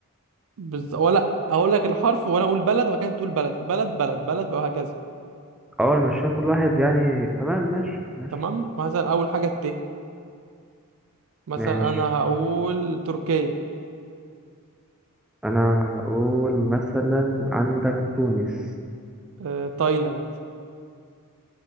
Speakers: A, on the right; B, in the centre.
A: بز... ولا اقول لك الحرف وانا اقول بلد وكانت تقول بلد بلد بلد بلد بقى، وهكذا
B: اول ماشيها كل واحد يعني تمام ماشي ماشي
A: تمام مثلا اول حاجه الت مثلا
B: ماشي
A: انا هقول تركيا
B: انا اقول مثلا عندك تونس
A: آه، تايلاند